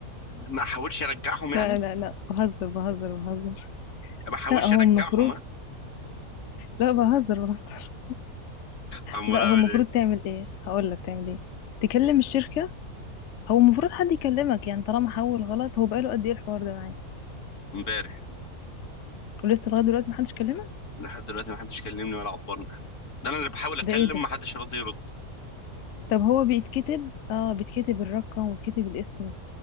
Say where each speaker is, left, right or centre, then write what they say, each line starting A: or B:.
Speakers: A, on the left; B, on the left.
A: ما احاولش ارجعهم يعني
B: لا لا لا بهزر بهزر بهزر
A: ما احاولش
B: لا هو
A: ارجعهم
B: المفروض
A: ها
B: لا بهزر بهزر
A: امال
B: لا
A: اعمل
B: هو المفروض
A: ايه
B: تعمل ايه هقول لك تعمل ايه تكلم الشركة هو المفروض حد يكلمك يعني طالما حول غلط هو بقاله قد ايه الحوار ده معاك
A: امبارح
B: ولسه لغاية دلوقتي محدش كلمك
A: لحد دلوقتي ما حدش كلمني ولا عبرني ده انا اللي بحاول اكلم
B: ده ايه ده
A: ما حدش راضي يرد
B: طب هو بيتكتب اه بيتكتب الرقم ويتكتب الاسم